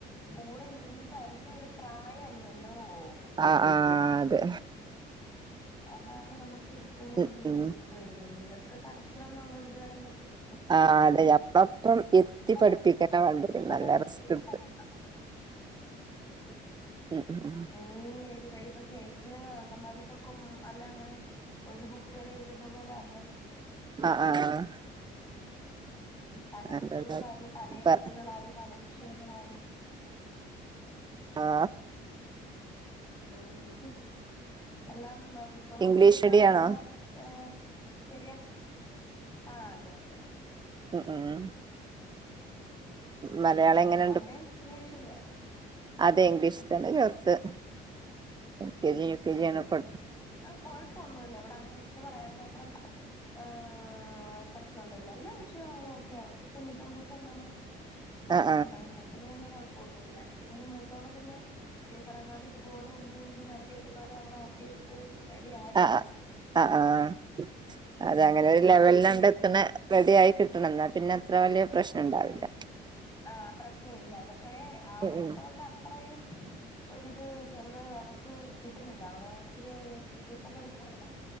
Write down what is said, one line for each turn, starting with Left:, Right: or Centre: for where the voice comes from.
Left: കൂടെ ഇരുന്ന് തരുന്ന ഒരു പ്രായല്ലല്ലോ ഒവ്വോഹ്
Right: അഹ് ആഹ് അതെ
Left: അതാണ് നമുക്ക് ഏറ്റവും കൂടുതൽ
Right: ഉം ഉം
Left: ബുദ്ധിമുട്ട് വരുന്നത് ഇവർക്ക് കളിക്കണംന്നുള്ളൊരു വിചാരം വെര്മ്പോ
Right: ആഹ് അതെ അപ്പപ്രം ഇത് കുത്തി
Left: അവരങ്ങ്
Right: പഠിപ്പിക്കന്നെ
Left: പോകും
Right: വാണ്ടെരും
Left: നമ്മള്
Right: നല്ല
Left: പിന്നെ
Right: റിസ്ക്കിട്ത്ത്
Left: ഇരുന്ന് പഠിക്കണം
Right: ഉം ഉം ഊ
Left: അങ്ങനേ എഴുത യിപ്പം സ്ലൈറ്റില് അങ്കമ്പാടി പോക്കും അല്ല അങ്ങനെ ഒരു ബുക്കിലെഴുതുന്ന പോലെ അല്ലല്ലോ
Right: അഹ് ആഹ് ആഹ്
Left: പല
Right: അതെ
Left: ബുക്കുകളായി
Right: അതെ
Left: പല എഴുത്തുകളായി
Right: പ-
Left: പല വിഷയങ്ങളായി
Right: ആ
Left: ഊം എല്ലാം പുസ്തകവും
Right: ഇംഗ്ലീഷ്
Left: ബുക്കും ഒക്കെ
Right: മീഡിയാണോ
Left: എല്ലാം ആഹ് ശെരിയാ ആഹ് അതെ അതെ
Right: ഉ ഉ ഊ മലയാളെങ്ങനെണ്ട്
Left: ആ അവിടെ ഇംഗ്ലീഷല്ലേ
Right: അതെ ഇംഗ്ലീഷ് തന്നെ ചേർത്ത് L K G U K
Left: ഊം
Right: G ആണ് ഇപ്പ
Left: അഹ് കൊഴപ്പോന്നൂല്ല ഇവിടെ അങ്ങനെ എടുത്തു പറയാനും മാത്രം ആഹ് പ്രശ് നൊന്നുംല്ല എല്ലാ വിഷയങ്ങളും ഓക്കെയാവള് ഇപ്പൊ തൊണ്ണൂറ്റൊമ്പത് ശതമാനം മാർക്ക്ണ്ടായിനി
Right: ആഹ്
Left: അവനിതന്നെ കൊഴപ്പോന്നൂല്ല എനിക്ക്ന്നെന്നെ മൂത്തോളെപിന്നെ ഈ പറയുന്നതുപോലെ ഇത്പോലെ ഉന്തി ഉന്തി മരങ്കേ എന്നാലവളാക്കി എടുത്തു റെഡിയായ്
Right: അഹ് അഹ്ആഹ്
Left: ഉം
Right: അതങ്ങനൊരു
Left: പിന്നെ
Right: ലെവല്ലാണ്ടെത്തിണെ
Left: കുഞ്ഞിന്
Right: റെഡിയായി കിട്ടണം ന്നാപിന്നെ അത്ര വല്യ പ്രശ്നണ്ടാവില്ല
Left: ആഹ് പ്രശ്ന ഇല്ല പക്ഷെ ആഹ്
Right: ഉം
Left: മൂത്തവൾടെ
Right: ഉം
Left: അ അത്രയും ഒരിത് ചെറുത് അവക്ക് കിട്ടുന്നില്ല അവള് ച്ചിരി കുരുത്തക്കേട് കൂടുതല